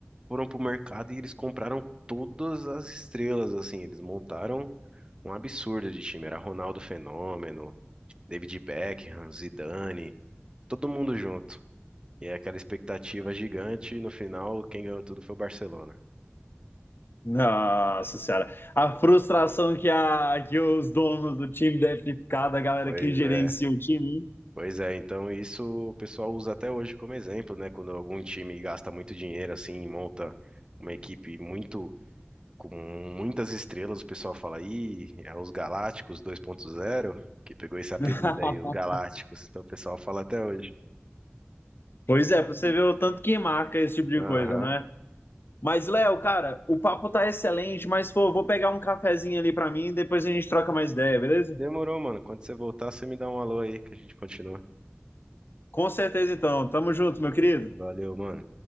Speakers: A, on the right (about 20°); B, on the left (about 55°).
A: foram pro mercado e eles compraram todas as estrelas, assim. Eles montaram um absurdo de time. Era Ronaldo Fenômeno, David Beckham, Zidane, todo mundo junto. E é aquela expectativa gigante. E no final, quem ganhou tudo foi o Barcelona.
B: Nossa senhora, a frustração que, a, que os donos do time devem ficar, da galera
A: Pois
B: que gerencia
A: é,
B: o time.
A: pois é. Então isso o pessoal usa até hoje como exemplo, né? Quando algum time gasta muito dinheiro assim, monta uma equipe muito com muitas estrelas, o pessoal fala aí, é os Galácticos 2.0, que pegou esse apelido
B: <laughs>
A: aí, os Galácticos. Então o pessoal fala até hoje.
B: Pois é, pra você ver o tanto que marca esse tipo de
A: Aham.
B: coisa, não é? Mas, Léo, cara, o papo tá excelente, mas pô, vou pegar um cafezinho ali pra mim e depois a gente troca mais ideia, beleza?
A: Demorou, mano. Quando você voltar, você me dá um alô aí que a gente continua.
B: Com certeza então, tamo junto, meu querido.
A: Valeu, mano.